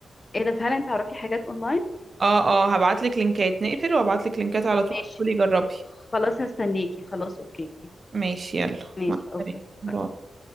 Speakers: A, on the left (about 35°); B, on the right (about 50°).
A: ايه ده فعلا تعرفي حاجات اونلاين
B: اه اه هبعتلك لينكات نقفل وابعتلك لينكات على طول
A: ماشي
B: ادخلي جربي
A: خلاص هستناكي خلاص اوكي
B: ماشي يلا
A: ماشي
B: مع
A: اوكي
B: السلامة باي.
A: باي.